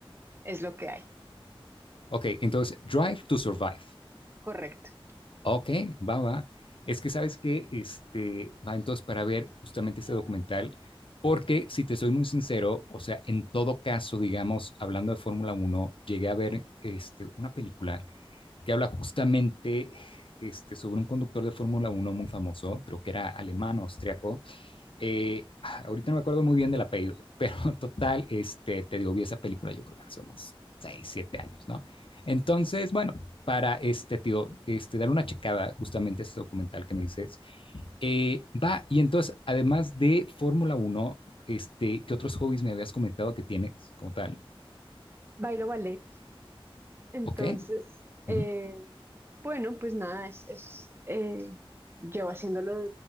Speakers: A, on the right; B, on the left.
A: es lo que hay.
B: ok. Entonces, Drive to Survive,
A: Correcto.
B: Ok, va, va. Es que sabes que, este, va entonces para ver justamente este documental, porque si te soy muy sincero, o sea, en todo caso, digamos, hablando de Fórmula uno, llegué a ver este, una película que habla justamente este, sobre un conductor de Fórmula uno muy famoso, creo que era alemán, austriaco, eh, ah, ahorita no me acuerdo muy bien del apellido, <laughs> pero total, este, te digo, vi esa película yo creo que hace unos 6 7 años, ¿no? Entonces, bueno, para este tío, este, dar una checada justamente a ese documental que me dices, eh, va, y entonces, además de Fórmula uno este, ¿qué otros hobbies me habías comentado que tienes como tal?
A: Bailo ballet. Entonces,
B: Ok,
A: eh,
B: ujú,
A: bueno, pues nada, es, es, eh, llevo haciéndolo